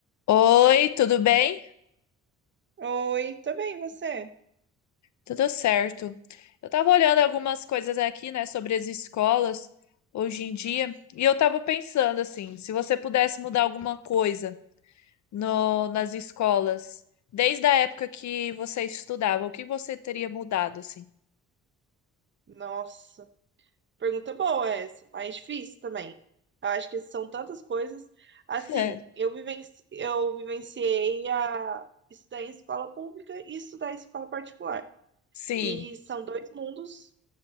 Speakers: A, on the left (about 65°); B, on the right (about 40°).
A: Oi, tudo bem?
B: Oi, tudo bem, e você?
A: Tudo certo. Eu tava olhando algumas coisas aqui, né, sobre as escolas hoje em dia, e eu tava pensando assim, se você pudesse mudar alguma coisa no- nas escolas, desde a época que você estudava, o que você teria mudado, assim?
B: Nossa, pergunta boa essa, mas difícil também. Eu acho que são tantas coisas. Assim,
A: É.
B: eu vivenci... eu vivenciei a estudar em escola pública e estudar em escola particular.
A: Sim,
B: E são dois mundos